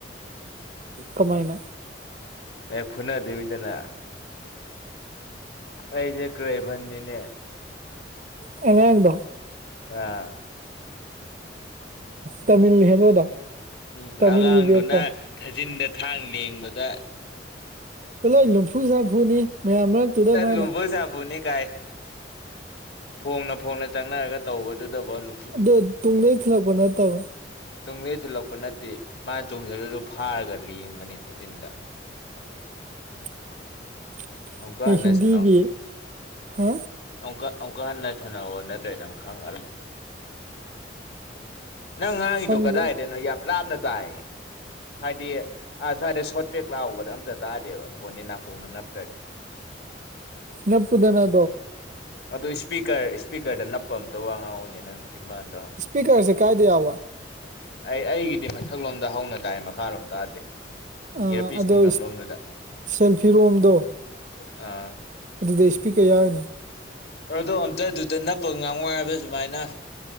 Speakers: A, on the right; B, on the left.
A: ꯀꯃꯥꯏꯅ
B: ꯑꯦ ꯐꯨꯅ ꯗꯦꯃꯤꯇꯅ ꯑꯩꯖꯦ ꯀ꯭ꯔꯦꯕꯟ ꯅꯤꯅꯦ
A: ꯑ
B: ꯑ
A: ꯇꯥꯃꯤꯜ ꯍꯦꯔꯣꯗ
B: ꯎꯝ
A: ꯇꯥꯃꯤꯜꯒꯤ
B: ꯑꯉꯥꯡꯗꯨꯅ
A: ꯕꯦꯠꯇꯣ
B: ꯊꯥꯖꯤꯟꯗ ꯊꯥꯡ ꯂꯦꯡꯕꯗ
A: ꯂꯣꯏ ꯂꯨꯝꯐꯨ ꯁꯥꯐꯨꯅꯤ ꯃꯌꯥꯝ ꯃꯔꯛꯇꯨꯗ ꯃꯥꯅ
B: ꯂꯨꯝꯕꯨ ꯁꯥꯕꯨꯨꯅꯤ ꯀꯥꯏ ꯐꯣꯡꯅ ꯐꯣꯡꯅ ꯆꯪꯅꯔꯒ ꯇꯧꯕꯗꯨꯗꯐꯣ ꯑꯗꯨꯝ
A: ꯑꯗꯣ ꯇꯨꯡꯗꯩ ꯊꯤꯜꯂꯛꯄ ꯅꯠꯇꯕ
B: ꯇꯨꯡꯂꯦꯟ ꯊꯤꯜꯂꯛꯄ ꯅꯠꯇꯦ ꯃꯥꯅ ꯇꯣꯡꯁꯤꯜꯂꯗꯨ ꯐꯥꯔꯒ ꯂꯦꯡꯕꯅꯦ ꯊꯥꯔꯇꯤꯟꯗ
A: <inaudible>
B: ꯍꯪꯀ ꯍꯟꯅ
A: ꯍꯤꯟꯗꯤꯒꯤ
B: ꯁꯅꯥꯣ
A: ꯍꯥ
B: ꯑꯃꯨꯛꯀ ꯑꯃꯨꯛꯀ ꯍꯟꯅ ꯁꯥꯟꯅꯑꯣꯣ ꯅꯠꯇ꯭ꯔꯦꯅ ꯑꯃꯛ ꯈꯪꯉ ꯅꯪ ꯉꯥꯡꯉꯤꯗꯣ
A: ꯈꯪꯗꯦ
B: ꯀꯗꯥꯏꯗꯅꯣ ꯌꯥꯝ ꯂꯥꯞꯅ ꯇꯥꯏꯌꯦ ꯍꯥꯏꯗꯤ ꯁ꯭ꯋꯥꯏꯗ ꯁꯣꯔꯠ ꯄꯦꯛ ꯂꯥꯛꯕꯗ ꯑꯝꯇ ꯇꯥꯗꯦꯕ ꯐꯣꯟꯁꯦ ꯅꯥꯀꯣꯡꯅ ꯅꯞꯄ꯭ꯔꯗꯤ
A: ꯅꯞꯄꯨꯗꯅ
B: ꯑꯗꯨ ꯏꯁꯄꯤꯀꯔ ꯏꯁꯄꯤꯀꯔꯗ ꯅꯞꯄ ꯑꯝꯇ ꯋꯥ ꯉꯥꯡꯑꯣꯅꯦ ꯅꯪ ꯤꯝꯕꯥꯥꯟꯗꯣ
A: ꯏꯁꯄꯤꯀꯔꯁꯦ ꯀꯥꯏꯗ ꯌꯥꯎꯋꯦ
B: ꯑꯩ ꯑꯩꯒꯤꯗꯤ ꯃꯊꯛꯂꯣꯝꯗ ꯍꯧꯅ ꯇꯥꯏ ꯃꯈꯥꯔꯣꯝ ꯇꯥꯗꯦ
A: ꯑ
B: ꯏꯌꯥꯔꯄꯤꯁ
A: ꯑꯗꯣ
B: ꯊꯤꯟꯐꯝ ꯂꯣꯝꯗꯨꯗ
A: ꯁꯦꯜꯐꯤꯔꯣꯝꯗꯣ
B: ꯑꯥ
A: ꯑꯗꯨꯗ ꯏꯁꯄꯤꯛ ꯀꯌꯥ ꯌꯥꯎꯣꯏꯅꯦ
B: ꯑꯗꯣ ꯑꯝꯇꯗꯨꯗ ꯅꯞꯄꯒ ꯉꯥꯡ ꯋꯥꯥꯏꯕ ꯁꯨꯃꯥꯏꯅ